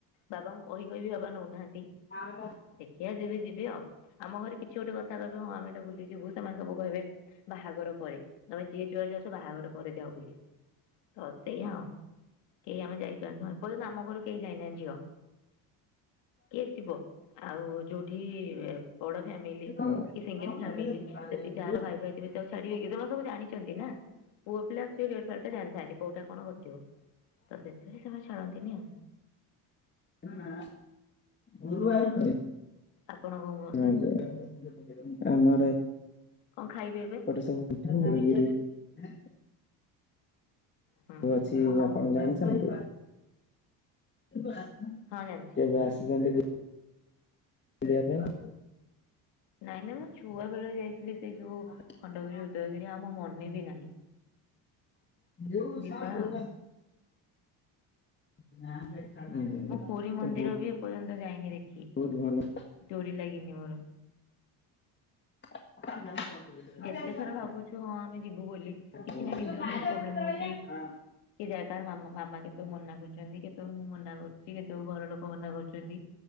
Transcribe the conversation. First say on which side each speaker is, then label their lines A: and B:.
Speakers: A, on the left; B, on the left.
A: ବାବାଙ୍କୁ କହି କହିବି ବାବା ନଉନାହାନ୍ତି।
B: ଆଉ
A: ଦେଖିବା ଯେବେ ଯିବି ଆଉ ଆମ ଘରେ କିଛି ଗୋଟେ କଥା କହିବେ ହଁ ଆମେ ଏଟା ବୁଲିଯିବୁ ସେମାନେ ସବୁ କହିବେ ବାହାଘର ପରେ ତମେ ଯିଏ ଯୁଆଡେ ଯାଉଛ ବାହାଘର ପରେ ଯାଓ ବୁଲି ତ ସେଇ ଆଉ କେହି ଆମେ ଯାଇପାରୁନୁ ଏ ପର୍ଯ୍ୟନ୍ତ ଆମ ଘରୁ କେହି ଯାଇନାହାନ୍ତି ଝିଅ କିଏ ଯିବ? ଆଉ ଯୋଉଠି ବଡ ଫ୍ୟାମିଲି
B: ଆଜ୍ଞା।
A: କି ସିଙ୍ଗଲ ଫ୍ୟାମିଲି ସେଠି ଯାହାର ଭାଇ ଭାଇଥିବେ ଛାଡିବେ କି ସେମାନେ ସବୁ ଜାଣିଛନ୍ତି ନା ପୁଅ ପିଲା ସେ ରିଅଲ ଫ୍ୟାକ୍ଟ ଟା ଜାଣିଥାନ୍ତି କଉଟା କଣ କଣ ଘଟିବ ତ ସେଥିପାଇଁ ସେମାନେ ଛାଡ଼ନ୍ତିନି ଆଉ।
B: ନା ଗୁରୁବାର ଉପରେ?
A: ଆପଣ କଣ? କୁହନ୍ତୁ
B: ଜୟ ଜଗନ୍ନାଥ ଆମର
A: କଣ ଖାଇବେ ଏବେ?
B: ସବୁ <inaudible>
A: ହୁଁ
B: ତ ଅଛି ଆପଣ ଜାଣିଛନ୍ତି? କେବେ
A: ହଁ ଜାଣିଛି।
B: ଆସିଛନ୍ତି? ବୁଲିବା ପାଇଁ
A: ନାଇଁ ନାଇଁ ମୁଁ ଛୁଆ ବେଳେ ଯାଇଥିଲି ସେଇ ଯୋଉ
B: ପାଇଁ?
A: ଖଣ୍ଡଗିରି ଉଦୟଗିରି ଆଉ ମୋର ମନେ ବି ନାହିଁ।
B: ଯୋଉ
A: ଯିବା
B: ସାଫେ
A: ଆଉ
B: <inaudible>
A: ପୁରୀ ମନ୍ଦିର ବି ମୁଁ ଏପର୍ଯ୍ୟନ୍ତ ଯାଇନି ଦେଖି।
B: ବହୁତ ଭଲ।
A: ଡୋରି ଲାଗିିନି ମୋର।
B: <inaudible>
A: ଯେତେ ଥର ଭାବୁଛୁ ହଁ ଆମେ ଯିବୁ
B: <unintelligible>
A: ବୋଲି କିଛି ନା କିଛି ଗୋଟେ ପ୍ରୋବ୍ଲେମ ହଉଛି କି ଜାଗାର ମାମା କେତେବେଳେ ମନା କରୁଛନ୍ତି କେତେବେଳେ ମୁଁ ମନା କରୁଛି କେତେବେଳେ ଘର ଲୋକ ମନା କର